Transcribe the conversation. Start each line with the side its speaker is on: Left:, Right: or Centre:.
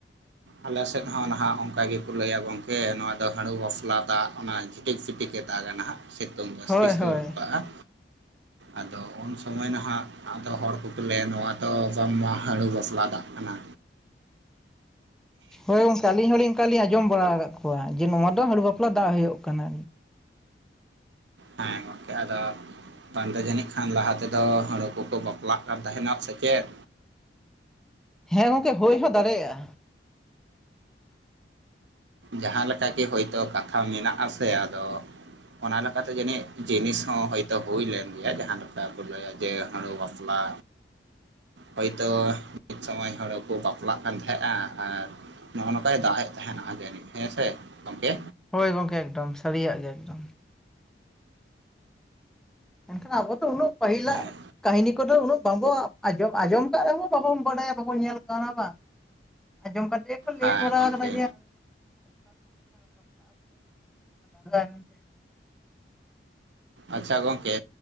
Right: ᱟᱞᱮ ᱥᱮᱜ ᱦᱚᱸ ᱱᱟᱦᱟᱜ ᱚᱱᱠᱟ ᱜᱮᱠᱚ ᱞᱟᱹᱭᱟ ᱜᱚᱝᱠᱮ ᱱᱚᱣᱟ ᱫᱚ ᱦᱟᱸᱲᱩ ᱵᱟᱯᱞᱟ ᱫᱟᱜ ᱚᱱᱟ ᱡᱷᱤᱴᱤᱠ ᱥᱤᱴᱤᱠ ᱮ ᱫᱟᱻᱜᱟ ᱱᱟᱦᱟᱜ᱾ ᱥᱮᱛᱩᱢ ᱫᱚ <unintelligible>
Centre: ᱦᱳᱭ ᱦᱳᱭ
Right: ᱠᱟᱜᱼᱟᱺ ᱟᱫᱚ ᱩᱱ ᱥᱚᱢᱚᱭ ᱱᱟᱦᱟᱜ ᱟᱫᱚ ᱦᱚᱲ ᱠᱚ ᱠᱚ ᱞᱟᱹᱭᱟ ᱱᱚᱣᱟ ᱫᱚ ᱵᱟᱝᱢᱟ ᱦᱟᱸᱲᱩ ᱵᱟᱯᱞᱟ ᱫᱟᱜ ᱠᱟᱱᱟ᱾
Centre: ᱦᱳ ᱜᱚᱝᱠᱮ ᱟᱹᱞᱤᱧ ᱦᱚᱸᱞᱤᱧ ᱚᱱᱠᱟᱞᱤᱧ ᱟᱸᱡᱚᱢ ᱵᱟᱲᱟ ᱟᱠᱟᱫ ᱠᱚᱣᱟ ᱡᱮ ᱱᱚᱣᱟ ᱫᱚ ᱦᱟᱹᱲᱲᱩ ᱵᱟᱯᱞᱟ ᱫᱟᱜ ᱦᱩᱭᱩᱜ ᱠᱟᱱᱟ
Right: ᱦᱮ ᱜᱚᱝᱠᱮ ᱟᱫᱚ ᱵᱟᱝ ᱫᱚ ᱡᱟᱹᱱᱤᱡ ᱠᱷᱟᱱ ᱞᱟᱦᱟ ᱛᱮᱫᱚ ᱦᱟᱲᱩ ᱠᱚᱠᱚ ᱵᱟᱯᱞᱟᱜ ᱠᱟᱱ ᱛᱟᱦᱮᱱᱟᱜ ᱥᱮ ᱪᱮᱫ
Centre: ᱦᱮᱸ ᱜᱚᱝᱠᱮ ᱦᱳᱭ ᱦᱚᱸ ᱫᱟᱲᱮᱭᱟᱜᱼᱟ
Right: ᱡᱟᱦᱟᱸ ᱞᱮᱠᱟᱜᱤ ᱦᱳᱭᱛᱳ ᱠᱟᱛᱷᱟ ᱢᱮᱱᱟᱜᱥᱮ ᱟᱫᱚ ᱚᱱᱟ ᱞᱮᱠᱟᱛᱮ ᱡᱟᱹᱱᱤᱡ ᱡᱤᱱᱤᱥ ᱦᱚᱸ ᱦᱚᱭ ᱛᱳ ᱦᱩᱭ ᱞᱮᱱ ᱜᱮᱭᱟ ᱡᱟᱦᱟᱸ ᱞᱮᱠᱟ ᱠᱚ ᱞᱟᱹᱭᱟ ᱡᱮ ᱦᱟᱹᱲᱩ ᱵᱟᱯᱞᱟ ᱦᱳᱭ ᱛᱳ ᱢᱤᱫ ᱥᱚᱢᱚᱭ ᱦᱟᱹᱲᱩ ᱠᱚ ᱵᱟᱯᱞᱟᱜ ᱠᱟᱱ ᱛᱟᱦᱮᱜᱼᱟ ᱟᱨ ᱱᱚᱜᱼᱚᱭ ᱱᱚᱝᱠᱟᱭ ᱫᱟᱜ ᱮᱫ ᱛᱟᱦᱮᱱᱟ ᱟᱜᱮ ᱨᱮ ᱦᱮᱸ ᱥᱮ ᱜᱚᱝᱠᱮ
Centre: ᱦᱳᱭ ᱜᱚᱝᱠᱮ ᱮᱠᱫᱚᱢ ᱥᱟᱹᱨᱤᱭᱟᱜ ᱜᱮ ᱮᱠᱫᱚᱢ ᱢᱮᱱᱠᱷᱟᱱ ᱟᱵᱚ ᱫᱚ ᱩᱱᱟᱹᱜ ᱯᱟᱹᱦᱤᱞᱟᱜ
Right: ᱦᱮᱸ
Centre: ᱠᱟᱹᱦᱱᱤ ᱠᱚᱫᱚ ᱩᱱᱟᱹᱜ ᱵᱟᱝᱵᱚ ᱟᱸᱚᱢ ᱟᱸᱡᱚᱢ ᱠᱟᱜ ᱨᱮᱦᱚᱸ ᱵᱟᱵᱚᱱ ᱵᱟᱰᱟᱭᱟ ᱵᱟᱵᱚᱱ ᱧᱮᱞ ᱠᱟᱱᱟ ᱵᱟᱝ ᱟᱸᱡᱚᱢ ᱠᱟᱛᱮ ᱞᱟᱭ
Right: ᱦᱮᱸ
Centre: ᱵᱟᱨᱟ
Right: ᱜᱚᱢᱠᱮ
Centre: ᱠᱟᱱᱟ ᱡᱮ
Right: ᱟᱪᱪᱷᱟ ᱜᱚᱝᱠᱮ